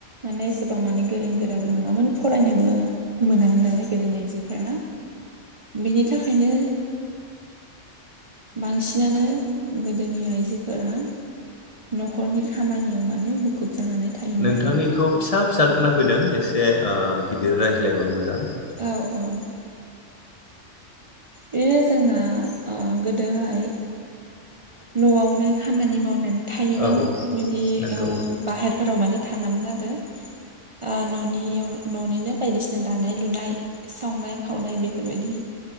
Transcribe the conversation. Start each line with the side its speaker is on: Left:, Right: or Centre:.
Right: माने एसेबां माने गोरों गोराबो नङामोन फरायनोबो मोनामोन नालाय गोदो आइजोफोरा बेनि थाखायनो बांसिनानो गोदोनि आइजोफोरा न'खरनि खामानियाव माने मुखुब जानानै थायोमोन
Left: नोंथांनिखौ
Right: आरो
Left: फिसा फिसा खोनाफैदों एसे ओ गिदिर रायज्लायबा मोजां
Right: औ औ बिदिनो जोंना ओ गोदोहाय न'आवनो खामानि मावनानै थायोमोन
Left: औ
Right: बिदि
Left: नंगौ
Right: बाहेरफोराव माने थाङामोन आरो ओ न'नि न'निनो बायदिसिना दानाय लुनाय सावनाय खावनाय बेफोरबायदि